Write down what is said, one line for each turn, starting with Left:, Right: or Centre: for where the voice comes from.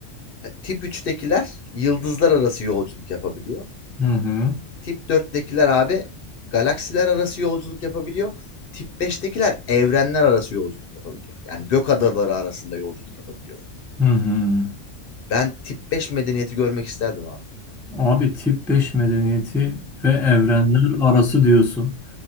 Left: E, Tip 3'tekiler yıldızlar arası yolculuk yapabiliyor.
Centre: Hı hı.
Left: Tip 4'tekiler abi galaksiler arası yolculuk yapabiliyor. Tip 5'tekiler evrenler arası yolculuk yapabiliyor. Yani gök adaları arasında yolculuk yapabiliyorlar.
Centre: Hı hı.
Left: Ben tip 5 medeniyeti görmek isterdim abi.
Centre: Abi tip 5 medeniyeti ve evrenler arası diyorsun.